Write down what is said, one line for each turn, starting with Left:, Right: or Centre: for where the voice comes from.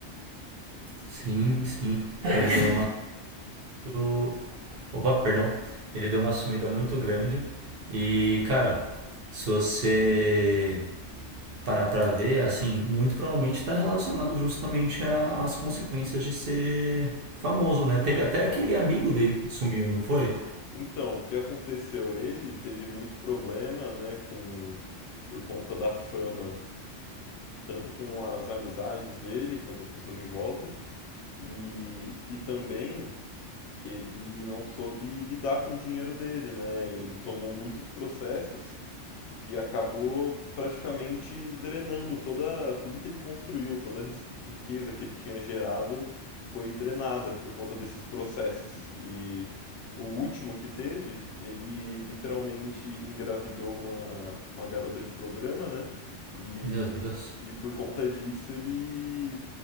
Right: Sim, sim. Ele deu
Left: E.
Right: uma muito. Opa, perdão. Ele deu uma sumida muito grande. E, cara, se você parar pra ver, assim, muito provavelmente tá relacionado justamente a- às consequências de ser famoso, né?
Left: Não,
Right: Teve
Left: então.
Right: até aquele amigo dele que sumiu, não foi?
Left: Então, o que aconteceu? Ele teve muito problema, né? Com, por conta da fama, tanto com as amizades dele quanto as pessoas em volta. E, e também ele não soube lidar com o dinheiro dele, né? Ele tomou muitos processos que acabou praticamente drenando toda, tudo que ele construiu, toda a ris- riqueza que ele tinha gerado foi drenada por conta desses processos. E o último que teve, ele literalmente engravidou uma, uma garota de programa, né? E,
Right: Meu Deus.
Left: e por conta disso ele,